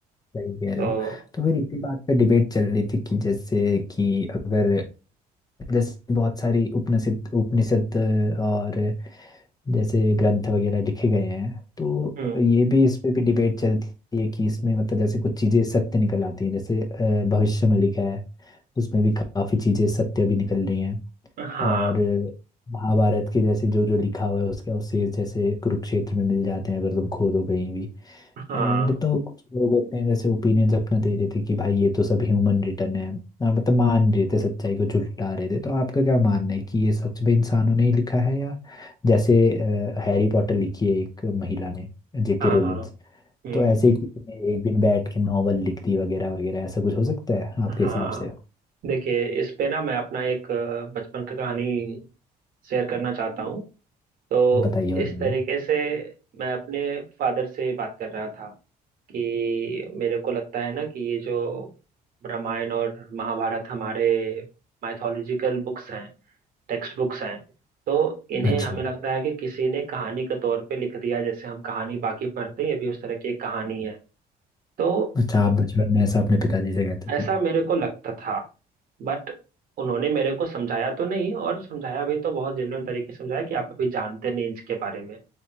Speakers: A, on the left; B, on the right.
A: सही कह रहे
B: तो
A: हो तो फिर इसी बात पे डिबेट चल रही थी कि जैसे कि अगर जैसे बहुत सारी उपनिषद उपनिषद और जैसे ग्रंथ वगैरह लिखे गए हैं तो
B: हम्म
A: ये भी इस पे भी डिबेट चलती है कि इसमें मतलब जैसे कुछ चीजें सत्य निकल आती हैं जैसे अ, भविष्य में लिखा है उसमें भी काफी चीजें सत्य भी निकल रही हैं
B: हाँ
A: और महाभारत के जैसे जो जो लिखा हुआ है उसका अवशेष जैसे कुरुक्षेत्र में मिल जाते हैं अगर तुम खोदो कहीं भी
B: हाँ
A: एंड तो कुछ लोग होते हैं जैसे ओपिनियंस अपना दे रहे थे कि भाई ये तो सब ह्यूमन रिटर्न है ना मतलब मान रहे थे सच्चाई को झुठला रहे थे तो आपका क्या मानना है कि ये सच में इंसानों ने ही लिखा है या जैसे हैरी पॉटर लिखी है एक महिला ने जेके
B: हाँ
A: रोलिंस
B: हाँ हम्म
A: तो ऐसे ही किसी ने एक दिन बैठ के नॉवल लिख दी वगैरह वगैरह ऐसा कुछ हो सकता है आपके
B: हाँ
A: हिसाब से
B: देखिए इस पे ना मैं अपना एक अ, बचपन का कहानी शेयर करना चाहता हूँ तो
A: बताइए बताइए
B: इस
A: हम्म,
B: तरीके से मैं अपने फादर से बात कर रहा था कि मेरे को लगता है ना कि ये जो रामायण और महाभारत हमारे माइथोलॉजिकल बुक्स हैं टेक्स्ट बुक्स हैं तो इन्हें
A: अच्छा
B: हमें लगता है कि किसी ने कहानी के तौर पे लिख दिया जैसे हम कहानी बाकी पढ़ते हैं ये भी उस तरह की एक कहानी है तो
A: अच्छा आप बचपन में ऐसा अपने पिताजी से कहते
B: ऐसा
A: थे
B: मेरे को लगता था बट उन्होंने मेरे को समझाया तो नहीं और समझाया भी तो बहुत जनरल तरीके से समझाया कि आप अभी जानते नहीं इसके बारे में